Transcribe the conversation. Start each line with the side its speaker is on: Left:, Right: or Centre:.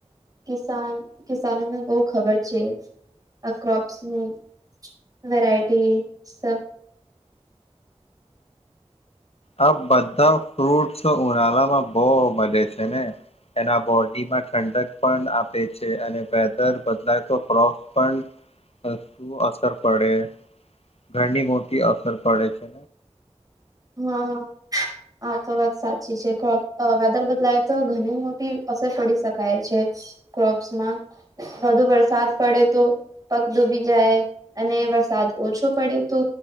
Right: કિસાન કિસાનોને બહું ખબર છે. આ ક્રોપ્સ ની વેરાયટી સબ
Left: આ બધા ફ્રૂટસ ઉનાળા માં બહુ મળે છે ને એના બોડીમાં ઠંડક પણ આપે છે અને વેધર બદલાય તો ક્રોપ્સ પણ. શું અસર પડે ઘણી મોટી અસર પડે છે.
Right: હા હા આા તો વાત સાચી છે વેધર બદલાય તો ઘણી મોટી અસર પડી શકાય છે. ક્રોપ્સમાં વધુ વરસાદ પડે તો પાક ડૂબી જાય અને વરસાદ ઓછો પડે તો